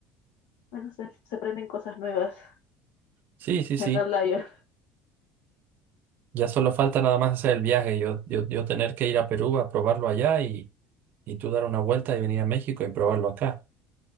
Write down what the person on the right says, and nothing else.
Sí, sí, sí.
Ya solo falta nada más hacer el viaje. Yo, yo, yo tener que ir a Perú a probarlo allá y. y tú dar una vuelta y venir a México y probarlo acá.